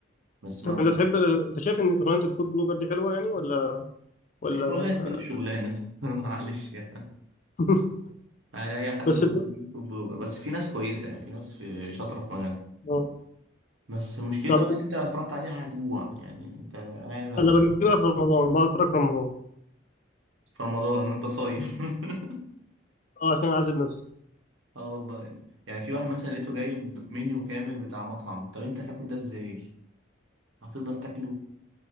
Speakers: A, on the right; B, on the left.
A: بس
B: طب
A: ما
B: انت تحب آه، انت شايف ان شغلانه الفود بلوجر دي حلوه يعني ولا ولا
A: الشغلانة تكون شغلانة <laughs> معلش يعني
B: <laughs>
A: يعني أي حد
B: بس
A: في
B: الب-
A: أي فود بلوجر بس في ناس كويسة يعني في ناس في شاطرة في مجالها
B: آه.
A: بس مشكلتها
B: طب
A: بقى إن أنت لو اتفرجت عليها هتجوع يعني أنت قاعد
B: انا بجيبها في رمضان بقعد اتفرج في رمضان
A: في رمضان وأنت صايم <laughs>
B: اه عشان اعزل نفسي
A: اه والله يعني في واحد مثلا لقيته جايب منيو كامل بتاع مطعم طب أنت هتاكل ده إزاي؟ هتقدر تاكله؟